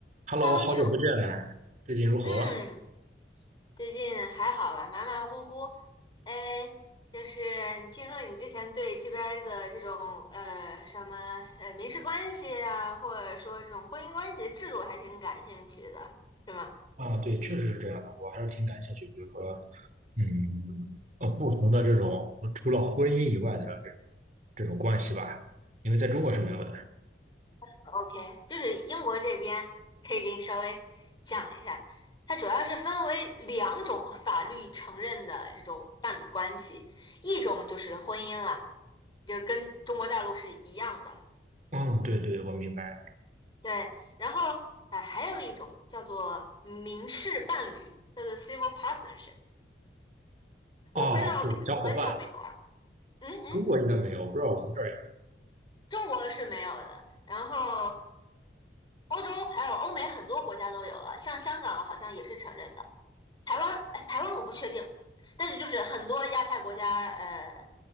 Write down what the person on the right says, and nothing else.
Hello，
好久不见，
最近如何？
啊，对，确实是这样的，我还是挺感兴趣。比如说，嗯，呃，不同的这种除了婚姻以外的这种这种关系吧，因为在中国是没有的。
嗯，对对，我明白。
哦，是小伙伴，
中国应该没有，不知道我们这儿有。